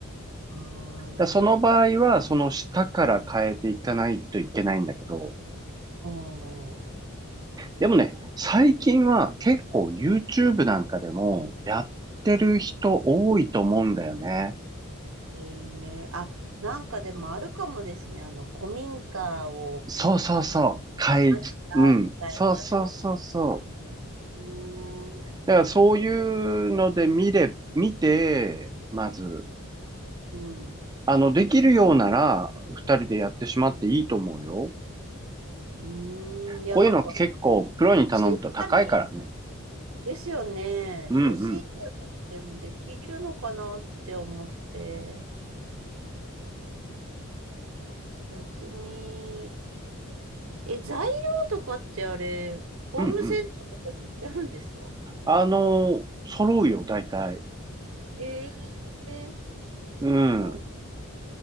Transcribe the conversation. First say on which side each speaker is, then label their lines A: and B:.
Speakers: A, on the right (about 65°); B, on the right (about 20°).
A: ああ、なるほ
B: だその場合は、その下から変えていかないといけないんだけど、
A: ど。
B: でもね、最近は結構 YouTube なんかでもやってる人多いと思うんだよね。
A: うん。えー、あ、なんかでもあるかもですね。あの、古民家を買い
B: そうそうそう。会議、
A: ましたみたいな動画。
B: うん。そうそうそうそう。
A: うーん。
B: だからそういうので見れ、見て、まず、
A: うん。
B: あの、できるようなら、二人でやってしまっていいと思うよ。
A: うーん。いや、
B: こういうの結構、
A: なんか、
B: プロに頼むと高いからね。
A: 小さに、ですよね。
B: うんうん。
A: 初心者でもできるのかなって思って、やってみえ、材料とかってあれ、ホームセンターとかに売ってあるんですか
B: うんうん。あの、揃うよ、大体。
A: ええ
B: うん。
A: そうなの。